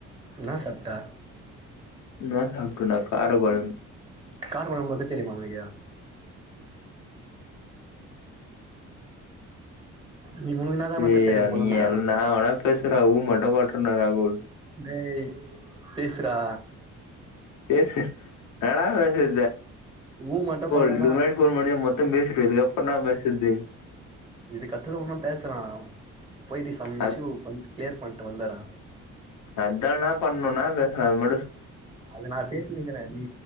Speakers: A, on the right; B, on the left.
A: இன்னா சாப்ட்ட
B: என்னா சாப்டோடா கார கொழம்பு
A: கார கொலம்பு வக்க தெர்யுமா ஒனுக்கு நீ உனக்கு என்னாதான
B: டேய்
A: வெக்க தெரியு கொழம்பு
B: நீ என்ன வேண்ணா பேசுடா ஊம போட்ருந்த ராகுல்
A: டேய் பேஸுரா
B: பேசு வேணான் பேசது
A: ஊ மட்டு போட்டானா
B: இதுக் முன்னாடி போன் மொத்தம் பேசரு இது அப்பனா வசதி
A: இது கத்தது ஒன்னு பேசலாம் போய்ட்டு சமைச்சிசு
B: நா
A: க்ளியர் பண் வந்தாரா
B: அதா என்னா பண்ணனுனா ந்த ம்
A: அது நா பேசுனீங்க ந நீ